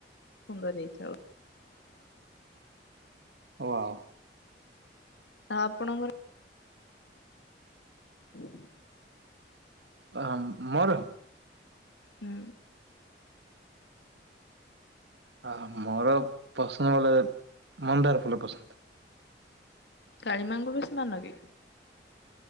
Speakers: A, on the left; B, on the right.
A: ସୁନ୍ଦର ହେଇଥିବ ବୋଲି।
B: ୱାଓ।
A: ଆଉ ଆପଣଙ୍କର। <inaudible>
B: ଆ ମୋର।
A: ହୁଁ।
B: ଅ ହ ମୋର ପସନ୍ଦ ବୋଲେ ମନ୍ଦାର ଫୁଲ ପସନ୍ଦ।
A: କାଳିମାଙ୍କୁ ବେଶୀ ମାନ କି?